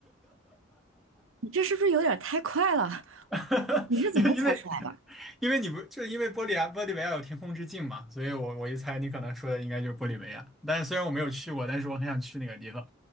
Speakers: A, on the right (about 80°); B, in the centre.
A: 你这是不是有点儿太快了？
B: <laughs>
A: 你是怎么猜出来的？
B: 因为因为因为你不就因为玻利亚玻利维亚有天空之镜嘛，所以我我一猜你可能说的应该就是玻利维亚。但是虽然我没有去过，但是我很想去那个地方。